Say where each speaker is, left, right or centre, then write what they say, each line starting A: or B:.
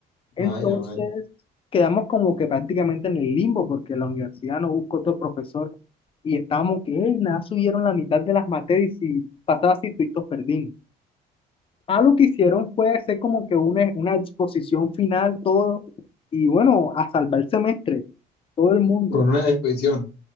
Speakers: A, on the left (about 35°); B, on the left (about 75°).
A: Entonces
B: Vaya, vaya.
A: quedamos como que prácticamente en el limbo, porque la universidad no buscó otro profesor y estábamos que, "Ey, nada, subieron la mitad de las materias y pasaba así, todos perdimos. Ah, lo que hicieron fue hacer como que una, una exposición final, todo, y bueno, a salvar el semestre, todo el mundo.
B: Con una disposición.